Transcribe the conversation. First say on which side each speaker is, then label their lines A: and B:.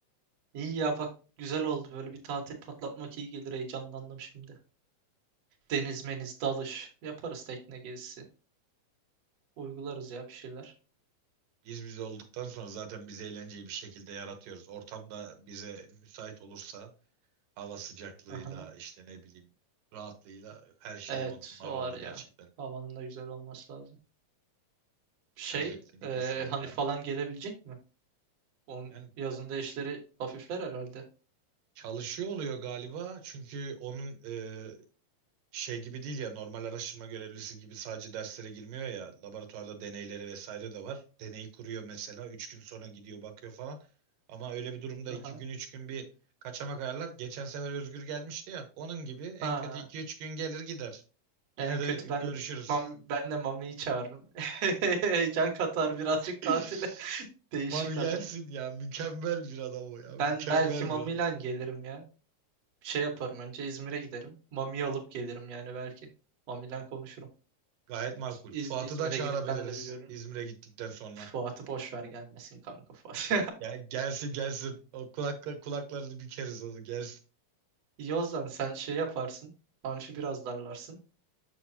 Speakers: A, on the right (about 55°); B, on the right (about 85°).
A: İyi ya bak güzel oldu böyle bir tatil patlatmak iyi gelir heyecanlandım şimdi. Deniz meniz dalış yaparız tekne gezisi. Uygularız ya bir şeyler.
B: Biz biz olduktan sonra zaten biz eğlenceyi bir şekilde yaratıyoruz. Ortam da bize müsait olursa Hava sıcaklığıyla
A: Aha.
B: işte ne bileyim rahatlığıyla her şey
A: Evet
B: on numara
A: o
B: olur
A: var ya.
B: gerçekten.
A: Havanın da güzel olması lazım. Şey
B: Biraz etkinlik
A: e,
B: düşünelim
A: hani
B: ya.
A: falan gelebilecek mi? Onun
B: Yani
A: yazında işleri hafifler herhalde.
B: çalışıyor oluyor galiba çünkü onun e, şey gibi değil ya normal araştırma görevlisi gibi sadece derslere girmiyor ya laboratuvarda deneyleri vesaire de var. Deneyi kuruyor mesela 3 gün sonra gidiyor bakıyor falan. Ama öyle bir durumda
A: Aha.
B: 2 gün 3 gün bir kaçamak ayarlar. Geçen sefer Özgür gelmişti ya onun gibi en
A: Ha.
B: kötü iki üç gün gelir gider.
A: En
B: Yine
A: kötü
B: de görüşürüz.
A: ben mam, ben de Mami'yi çağırırım. <laughs> Heyecan katar birazcık tatile.
B: <laughs>
A: <laughs> Değişik
B: Mami gelsin
A: adam.
B: ya. Mükemmel bir adam o ya.
A: Ben
B: Mükemmel
A: belki Mami'yle
B: bir adam.
A: gelirim ya. Şey yaparım önce İzmir'e giderim. Mami'yi alıp gelirim yani belki. Mami'yle konuşurum.
B: Gayet makul.
A: İz,
B: Fuat'ı
A: İzmir'e
B: da çağırabiliriz
A: gidip ben de bir görürüm.
B: İzmir'e gittikten sonra.
A: Fuat'ı boş ver gelmesin kanka Fuat.
B: Ya gelsin gelsin. O kulakla, kulaklarını bükeriz onu gelsin.
A: <laughs> İyi o zaman sen şey yaparsın. Amfi biraz darlarsın.